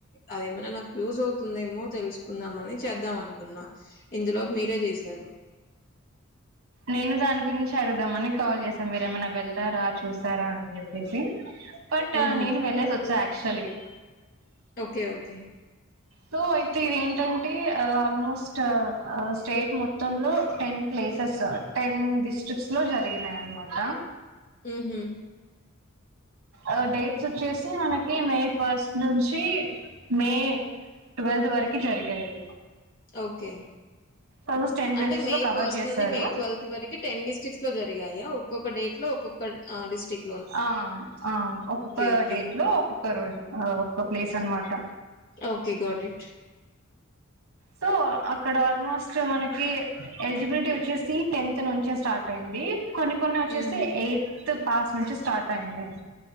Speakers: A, on the left; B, on the right.
A: అదేమనా నాకు యూజ్ అవుతుందేమో తెలుసుకుందామని చేద్దాం అనుకున్నా ఇందులోకి మీరే చేశారు
B: నేను దాని గురించి చేడదామని కాల్ చేసాం మీరేమైనా వెళ్ళారా చూసారా అని జెప్పేసి బట్
A: హుహు.
B: నిన్ వెల్లెసోచ్చా క్షలి
A: ఓకే ఓకే
B: సో అయితే ఏంటంటే ఆల్మోస్ట్ స్టేట్ మొత్తంలో టెన్ ప్లేసెస్ టెన్ డిస్ట్రిక్ట్స్ లో జరిగినాయనమాట
A: ఊహు
B: ఆ డేట్స్ వచ్చేసి మనకి మే ఫస్ట్ నుంచి మే ట్వెల్త్ వరకు జరిగాయి
A: ఓకే
B: ఆల్మోస్ట్ టెన్ ప్లేసెస్
A: అంటే మే
B: లో కవర్
A: ఫస్ట్
B: చేశారు
A: నుండి మే ట్వెల్త్ వరకు టెన్ డిస్టిక్ట్స్ లో జరిగాయా ఒక్కొక్క డేట్ లో ఒక్కొక్క ఆ డిస్టిక్ట్
B: ఆ ఆఒక్కొక్క
A: ఓకే.
B: డేట్ లో ఒక్కొక్క రోజు ఒ ప్లేస్ అనమాట
A: ఓకే గాట్ ఇట్
B: సో అక్కడ ఆల్మోస్ట్ మనకి ఎలిజిబిలిటీ వచ్చేసి టెన్త్ నుంచే స్టార్ట్ అయింది కొన్ని కొన్ని వచ్చేసి
A: హుహు.
B: ఎయిట్ పాస్ నుంచి స్టార్ట్ అయినాయ్